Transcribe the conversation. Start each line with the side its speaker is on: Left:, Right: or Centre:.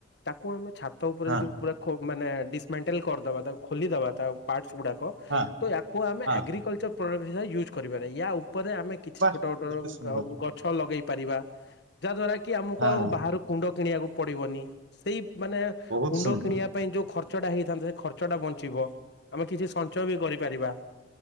Left: ତାକୁ ଆମେ ଛାତ ଛାତ ଉପରେ
Right: ହଁ
Left: ଯଦି ପୁରା ଖୋ ମାନେ ଡିସମେଣ୍ଟେଲ୍ କରିଦବା ତାକୁ ଖୋଲିଦବା ତା ପାର୍ଟସ୍ ଗୁଡ଼ା କ
Right: ହଁ
Left: ତ ୟାକୁ ଆମେ
Right: ହଁ
Left: ଏଗ୍ରିକଲଚର ପ୍ରଡ଼କ୍ଟ ହିସାବରେ ୟୁଜ୍ କରିବାରେ ୟା ଉପରେ ଆମେ କିଛି
Right: ବା
Left: ଛୋଟ ଛୋଟ
Right: କେତେ ସୁନ୍ଦର
Left: ଗଛ ଲଗେଇ ପାରିବା ଯାହା ଦ୍ଵାରା କି ଆମକୁ
Right: ହଁ
Left: ଆଉ ବାହାରୁ କୁଣ୍ଡ କିଣିବାକୁ ପଡ଼ିବନି ସେଇ ମାନେ
Right: ବହୁତ
Left: କୁଣ୍ଡ
Right: ସୁନ୍ଦର
Left: କିଣିବା ପାଇଁ ଯୋଉ ଖର୍ଚ୍ଚ ଟା ହେଇଥାନ୍ତା ଖର୍ଚ୍ଚ ଟା ବଞ୍ଚିବ ଆମେ କିଛି ସଞ୍ଚୟ ବି କରିପାରିବା